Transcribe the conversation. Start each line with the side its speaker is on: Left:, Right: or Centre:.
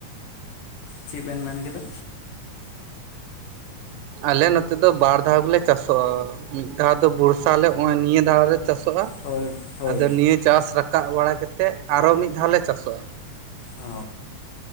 Left: ᱪᱮᱜ ᱵᱮᱱ ᱢᱮᱱ ᱠᱮᱫᱟ᱾
Right: ᱟᱞᱮ ᱱᱚᱛᱮ ᱫᱚ ᱵᱟᱨ ᱫᱷᱟᱣ ᱜᱮᱞᱮ ᱪᱟᱥᱚᱜ᱾ ᱢᱤᱫ ᱫᱷᱟᱣ ᱫᱚ ᱵᱚᱲᱥᱟᱞᱮ ᱱᱚᱼᱚᱭ ᱱᱤᱭᱟᱹ ᱫᱷᱟᱣ ᱞᱮ ᱪᱟᱥᱚᱜᱼᱟ᱾
Left: ᱦᱳᱭ ᱦᱳᱭ
Right: ᱟᱫᱚ ᱱᱤᱭᱟᱹ ᱪᱟᱥ ᱨᱟᱠᱟᱵ ᱵᱟᱲᱟ ᱠᱟᱛᱮ ᱟᱨᱚ ᱢᱤᱫ ᱫᱷᱟᱣ ᱞᱮ ᱪᱟᱥᱚᱜᱼᱟ᱾
Left: ᱚ